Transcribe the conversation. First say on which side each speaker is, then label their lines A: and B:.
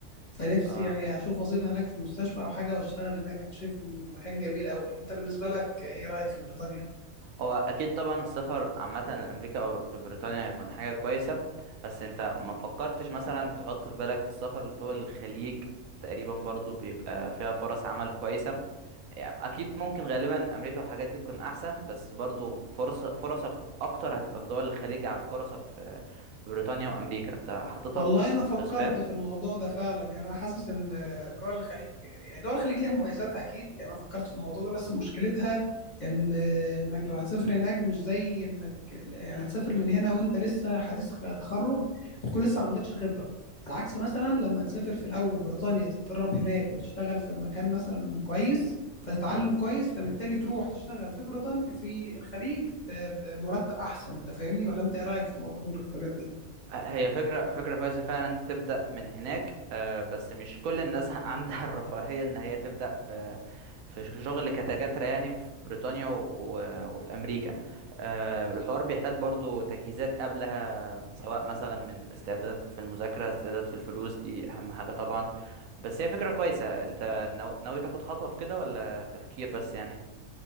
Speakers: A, on the left; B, on the right.
A: فنفسي
B: اه
A: يعني اشوف وظيفة هناك في المستشفى او حاجة واشتغل هناك انا شايف انه مكان جميل قوي انت بالنسبة لك آه، ايه رأيك في بريطانيا
B: هو اكيد طبعا السفر عامه لامريكا او لبريطانيا هيكون حاجه كويسه بس انت ما فكرتش مثلا تحط في بالك السفر لدول الخليج تقريبا برضو بيبقى فيها فرص عمل كويسه يعني اكيد ممكن غالبا امريكا والحاجات دي تكون احسن بس برضو فرص فرصك اكتر هتبقى في دول الخليج عن فرصك في في بريطانيا وامريكا انت حاططها
A: والله
B: في
A: انا
B: الحسبان
A: فكرت في الموضوع ده فعلا يعني انا حاسس ان دول الخليج يعني دول الخليج ليها مميزاتها اكيد يعني انا فكرت في الموضوع ده بس مشكلتها ان انك لو هتسافر هناك مش زي انك يعني هتسافر من هنا وانت لسه حديث خ- تخرج بتكون لسه ما عندكش خبرة على عكس مثلا لما تسافر في الاول بريطانيا تتدرب هناك وتشتغل في مكان مثلا كويس فتتعلم
B: مم.
A: كويس فبالتالي تروح تشتغل في بريطانيا في الخليج ب- بمرتب احسن انت فاهمني ولا انت ايه رايك في موضوع المرتبات ده
B: هي فكرة فكرة كويسة فعلا إن تبدأ من هناك آه، بس مش كل الناس <laughs> عندها الرفاهية إن هي تبدأ في في شغل كدكاترة يعني في بريطانيا و- وفي أمريكا آه، الحوار بيحتاج برضو تجهيزات قبلها سواء مثلا من استعداد في المذاكرة استعداد في الفلوس دي أهم حاجة طبعا بس هي فكرة كويسة أنت ناو- ناوي تاخد خطوة في كده ولا تفكير بس يعني